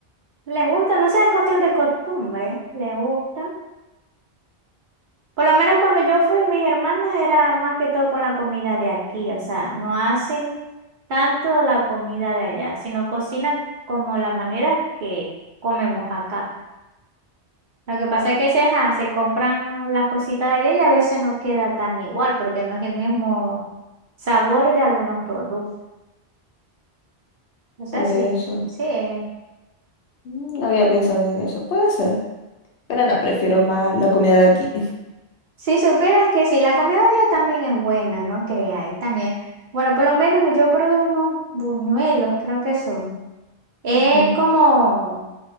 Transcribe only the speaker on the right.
Les gusta, no sé, es cuestión de costumbre. Les gusta. Por lo menos cuando yo fui, mis hermanas era más que todo con la comida de aquí, o sea, no hacen tanto la comida de allá, sino cocinan como la manera que comemos acá. Lo que
pasa es que se, ja, se compran las cositas de allá y a veces no queda tan igual porque no es el mismo sabor de algunos productos. O sea,
sí,
sí. eh.
Si supieras que sí, la comida de allá también es buena, no creáis, también. Bueno, por lo menos yo probé unos buñuelos, creo que son. Es
como,